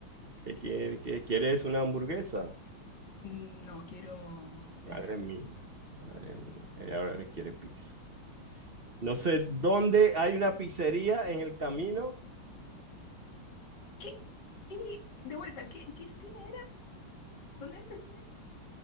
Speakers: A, on the right; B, on the left.
A: ¿Qué quiere- qué- quieres? ¿Una hamburguesa?
B: Mm, No, quiero
A: Madre
B: pizza.
A: mía, madre mía. Ella ahora quiere pizza. No sé dónde hay una pizzería en el camino,
B: ¿Qué? ¿Qué? De vuelta, ¿qué, qué cine era? ¿Dónde es el cine?